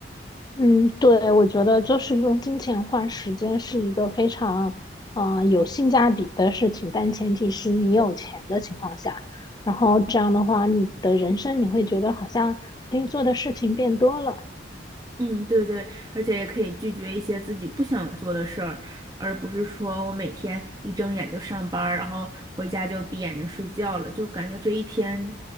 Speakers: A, on the left; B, on the right.
A: 嗯，对，我觉得就是用金钱换时间是一个非常嗯、呃有性价比的事情，但前提是你有钱的情况下，然后这样的话，你的人生你会觉得好像可以做的事情变多了。
B: 嗯，对对，而且也可以拒绝一些自己不想做的事儿，而不是说我每天一睁眼就上班儿，然后回家就闭眼睛睡觉了，就感觉这一天，